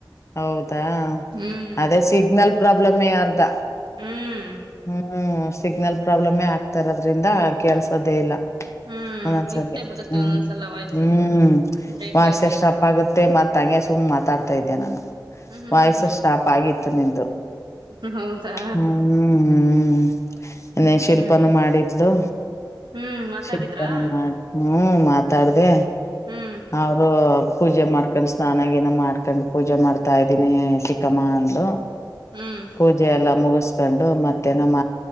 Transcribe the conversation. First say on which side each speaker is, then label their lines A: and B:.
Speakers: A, on the left (about 40°); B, on the right (about 80°).
A: ಹೌದಾ
B: ಹ್ಮ್
A: ಅದೇ ಸಿಗ್ನಲ್ ಪ್ರಬ್ ಬ್ಲಮ್ಮೆ ಅರ್ಧ
B: ಹ್ಮ್
A: ಹ್ಮ ಸಿಗ್ನಲ್ ಪ್ರಬ್ಲಮೇ ಆಗ್ತಾ ಇರೋದ್ರಿಂದ ಕೆಲ್ಸದೇ ಇಲ್ಲ
B: ಹ್ಮ್
A: ಒಂದೊಂದ್ಸಲಿ
B: ನಿತ್ತೆ ಬಿಡುತ್ತೆ
A: ಹ್ಮ್
B: ಒಂದೊಂದ್ಸಲ ವಾಯ್ಸು
A: ಹ್ಮ್
B: ಬ್ರೇಕ್
A: ವಾಸೆ
B: ಆಗಿ
A: ಸ್ಟಾಪ್ ಆಗುತ್ತೆ ಮತ್ ತಂಗೆ ಸುಮ್ಮ್ ಮಾತಾಡ್ತಾ ಇದ್ದೆ ನಾನು
B: ಹ್ಮ್
A: ವಾಯ್ಸು
B: ಹ್ಮ್
A: ಸ್ಟಾಪ್ ಆಗಿತ್ತು ನಿಂದು
B: ಹ್ಮ್ ಹೌದಾ
A: ಹ್ಮ್ ಹ್ಮ್ ನೆ ಶಿಲ್ಪನು
B: ಹ್ಮ್
A: ಮಾಡಿದ್ಲು
B: ಹ್ಮ್ ಮಾತಾಡಿದ್ರಾ
A: ಶಿಲ್ಪನು ಮಾಡ್ ಹ್ಮ ಮಾತಾಡ್ದೆ
B: ಹ್ಮ್
A: ಅವರು ಪೂಜೆ ಮಾಡ್ಕೊಂಡ್ ಸ್ನಾನಗಿನ ಮಾಡ್ಕೊಂಡ್ ಪೂಜೆ ಮಾಡ್ತಾ ಇದ್ದೀನಿ ಸಿಕ್ಕಮ್ಮ ಅಂದ್ಲು
B: ಹ್ಮ್
A: ಪೂಜೆ ಎಲ್ಲ ಮುಗಸ್ಕೊಂಡು ಮತ್ತೆ ನಮ್ಮ